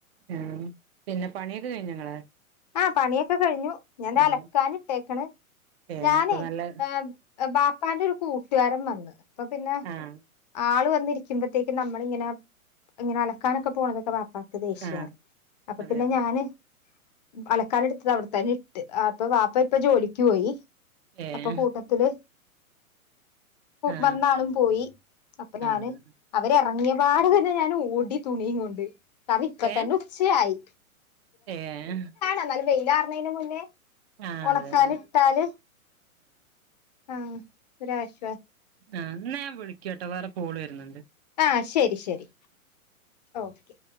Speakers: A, on the right (about 45°); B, on the left (about 30°).
A: ആഹ് പിന്നെ പണിയൊക്കെ കഴിഞ്ഞൊ ഇങ്ങളെ?
B: ആഹ് പണിയൊക്കെ കഴിഞ്ഞു. ഞാൻ
A: ഏഹ്
B: അലക്കാൻ ഇട്ടേക്കണ്.
A: ഏഹ്
B: ഞാനേ
A: ഇപ്പൊ നല്ല
B: ഏഹ് ബാപ്പാന്റെ ഒരു കൂട് ട്ടുകരൻ വന്നു അപ്പോപിനെ
A: ആഹ്
B: ആള് വ ന്നിരിക്കുമ്പതേക്കും നമ്മള് ഇങ്ങനെ ഇങ്ങനെ അലക്കാനൊക്കെ പോണത് ബാ പാക്ക് ദേഷിയാണ്
A: ആഹ്
B: അപ്പൊ
A: അതെ
B: പിന്നെ ഞാന് അലക്കാൻ എടുത്തത് അവിടുത്തന്നെ ഇട്ട് അപ്പൊ ബാപ്പ ഇപ്പ ജോലിക്ക് പോയി
A: ഏഹ്
B: അപ്പൊ കൂട്ടത്തില്
A: ആഹ്
B: വന്നാളും പോയി അപ്പൊ ഞാന്
A: ആഹ്
B: അവരെ എറ ഇറങ്ങിയ പാട് തന്നെ ഞാൻ ഓടി തുണിയിം കൊണ്ട് കാരണം ഇപ്പ
A: ഏഹ്
B: തന്നെ ഉച്ചയായി
A: ഏഹ്
B: എന്നല് വെയിലാറുണേന് മുന്നേ
A: ആഹ്
B: ഉണക്കാന്
A: അതെ അതെ ആഹ്
B: ഇട്ടാല് ആഹ് ഒരുരാശ
A: ആ ഇന്നാ ഞാൻ വിളിക്ക കേട്ടോ വേറെ കൊള് വരുന്നുണ്ട്
B: ആഹ് ശരി ശരി ഓക്കെ